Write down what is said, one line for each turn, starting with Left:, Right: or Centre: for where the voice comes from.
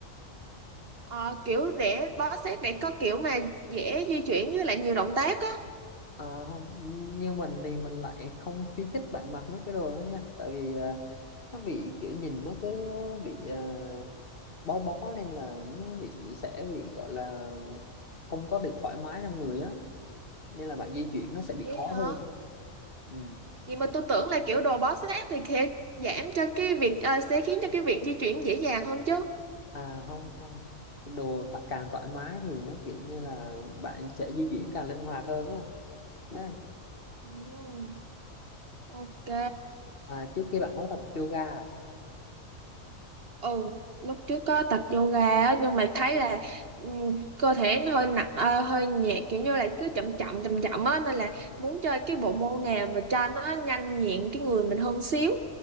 Right: Ờ, kiểu để bó sát để có kiểu mà dễ di chuyển với lại nhiều động tác á.
Left: À, không như mình thì mình lại không khuyến khích bạn mặc mấy cái đồ đó nha tại vì à, nó bị kiểu nhìn nó cứ bị à, bó bó nên là nó bị sẽ bị gọi là không có được thoải mái trong người á nên là bạn di chuyển nó sẽ bị
Right: Vậy
Left: khó
Right: hả?
Left: hơn ừ.
Right: Vậy mà tôi tưởng là kiểu đồ bó sát thì sẽ giảm cho cái việc ờ, sẽ khiến cho cái việc di chuyển dễ dàng hơn chứ.
Left: à không không đồ thoải càng thoải mái thì nó kiểu như là bạn sẽ di chuyển càng linh hoạt hơn á Đấy.
Right: Ừm, ok.
Left: à, trước kia bạn có tập yoga à?
Right: Ừ, lúc trước có tập yoga á, nhưng mà thấy là ừm, cơ thể nó hơi nặng ờ, hơi nhẹ kiểu như là cứ chậm chậm chậm chậm á nên là
Left: Ừ.
Right: muốn chơi cái bộ môn nào mà cho nó nhanh nhẹn cái người mình hơn xíu.